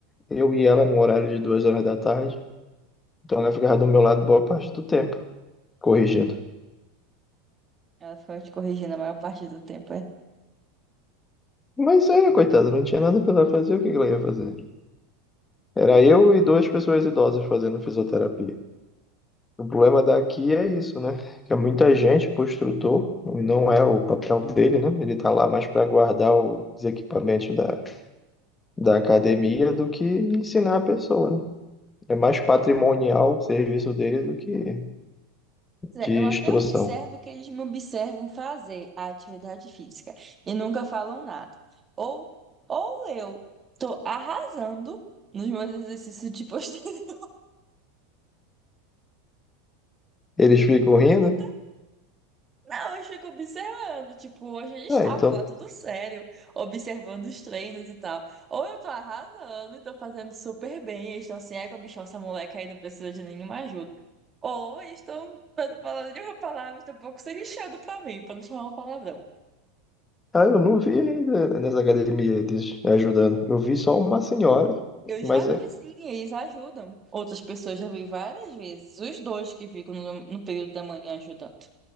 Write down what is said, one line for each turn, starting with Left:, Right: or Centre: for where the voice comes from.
Left: Eu e ela no horário de duas horas da tarde. Então ela ficava do meu lado boa parte do tempo, corrigindo.
Right: Ela ficava te corrigindo a maior parte do tempo. é.
Left: Mas era, coitada, não tinha nada pra ela fazer, o que que ela ia fazer? Era eu e duas pessoas idosas fazendo fisioterapia. O problema daqui é isso, né? Que é muita gente pro instrutor, e não é o papel dele, né? Ele tá lá mais pra guardar os equipamentos da, da academia do que ensinar a pessoa, né? É mais patrimonial o serviço dele do que
Right: Pois é,
Left: de
Right: Eu até
Left: instrução.
Right: observo que eles me observam fazer a atividade física e nunca falam nada. Ou, ou eu tô arrasando nos meus exercícios de posterior.
Left: Eles ficam
Right: <laughs>
Left: rindo?
Right: Não, eu fico observando. Tipo, hoje eles
Left: Ah,
Right: estavam
Left: então.
Right: lá tudo sério, observando os treinos e tal. Ou eu tô arrasando e tô fazendo super bem. Eles estão assim, é, bichão, essa moleca aí não precisa de nenhuma ajuda. Ou eles estão, pra não falar nenhuma palavra, estão um pouco se lixando pra mim, pra não chamar um palavrão.
Left: Ah, eu não vi ainda nessa academia eles ajudando. Eu vi só uma senhora.
Right: Eu já
Left: Mas
Right: vi
Left: é-
Right: sim, eles ajudam. Outras pessoas já vi várias vezes. Os dois que ficam no, no período da manhã ajudando.